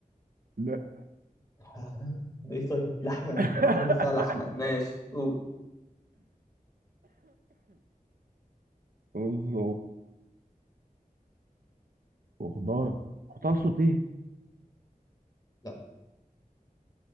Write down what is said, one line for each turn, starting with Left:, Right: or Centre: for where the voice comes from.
Right: لا
Left: آه، ده ايه طيب لحمه يعني
Right: <laughs>
Left: تبقى حاجه بس فيها لحمه ماشي قول
Right: رز وخضار خضار سوتيه
Left: لا